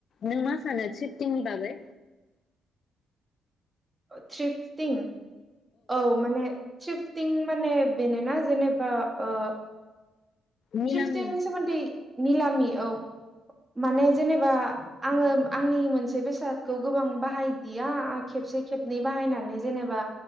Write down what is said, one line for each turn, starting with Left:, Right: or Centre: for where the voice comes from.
Left: नों मा सानो सिफटिनि बागै
Right: थ्रिफ्टिं औ माने सिफटिं माने बेनोना जेनेबा ओ
Left: निलामि
Right: त्रिप्तनि सोमोन्दै निलामि औ माने जेनेबा आङो आंनि मोनसे बेसादखौ गोबां बाहायदिया खेबसे खेबनै बाहायनानै जेनेबा